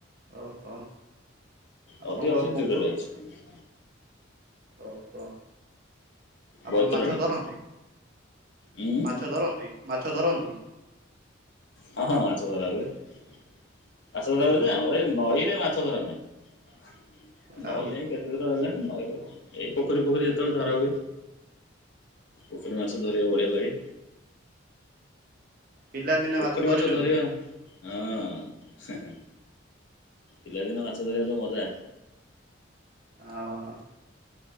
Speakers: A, on the right; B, on the left.
A: ଓହୋ! ଆପଣଙ୍କ
B: ନଦୀ ଅଛି,
A: ପୋଖ
B: ଦୂରରେ ଅଛି।
A: ଓହୋ! ଆପଣ
B: ବୈତରଣୀ
A: ମାଛ ଧରନ୍ତି?
B: ଉଁ
A: ମାଛ ଧରନ୍ତି, ମାଛ ଧରନ୍ତି?
B: ହଁ, ହଁ, ମାଛ ଧରା ହୁଏ। ମାଛ ଧରା
A: ଓହୋ
B: ହୁଏ ଯେ, ଆମର ଏଇ ନଈରେ ମାଛ ଧରା ନାହିଁ। ନଈ
A: ଆଉ
B: ଯାଇ କେତେ ଦୂର ହେଲାଣି, ନଈରୁ କଣ? ଏଇ ପୋଖରୀ ଫୋଖରୀ ଯେତେବେଳେ ଧରା ହୁଏ। ପୋଖରୀ ମାଛ ଧରିଆକୁ ବଢିଆ ଲାଗେ।
A: ପିଲାଦିନେ
B: ପୋଖରୀ
A: ଧରିଛନ୍ତି?
B: ମାଛ ଧରିବା ହଁ, ହେଁ, ହେଁ। ପିଲଦିନେ ମାଛ ଧରିବା ଜଉ ମଜା!
A: ଆ ଅ।